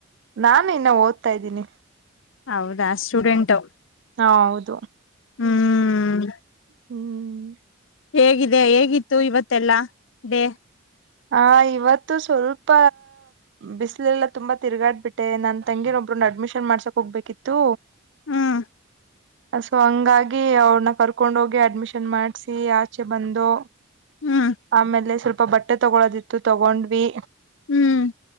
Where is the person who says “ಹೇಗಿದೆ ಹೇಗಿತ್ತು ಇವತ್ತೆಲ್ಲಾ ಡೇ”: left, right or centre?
Left